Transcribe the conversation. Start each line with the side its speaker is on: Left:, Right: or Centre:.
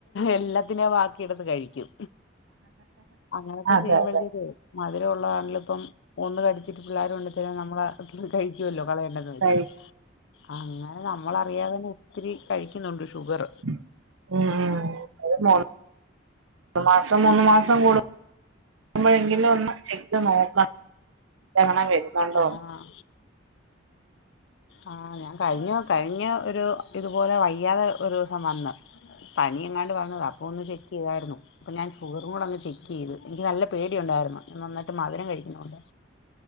Left: എല്ലാത്തിനെയും ബാക്കിയെടുത്ത് കഴിക്കും അങ്ങനൊക്കെ
Right: അതെ
Left: ചെയ്യുമ്പോഴത്തേക്ക
Right: അതെ
Left: അതില ഉള്ളതാണില ഇപ്പം കടിച്ചിട്ട് പിള്ളോരുംണ്ട് ഇ നമ്മളെ കഴിക്കുവല്ലോ കളയണ്ടന്ന് വെച്ച്
Right: കഴി
Left: അങ്ങനെ നമ്മളറിയാതെന്നെ ഒത്തിരി കഴിക്കുന്നുണ്ട് ഷുഗർ
Right: ഉം ഉം അ മ ഒരു മാസം മൂന്നു മാസം കൂടു നമ്മളെങ്കിലും ഒന്ന് ചെയ്ത് നോക്കണം എങ്ങണം വക്കണ്ടോ
Left: ആഹ് ആഹ് ഞാൻ കഴിഞ്ഞു കഴിഞ്ഞ ഒരു ഇതുപോലെ വയ്യാതെ ഒരു ദിവസം വന്ന് പനിയങ്ങാല് വന്നത അപ്പോൾ ഒന്ന് ചെക്ക് ചെയ്തിായിരുന്നു അപ്പം ഞാൻ ഷുഗറുംടെ അങ് ചെക്ക് ചെയ്ത് എനിക്ക് നല്ല പേടി ഉണ്ടായിരുന്നുഞാൻ നന്നിട്ട് മധും കഴിക്കുന്നുകൊണ്ട്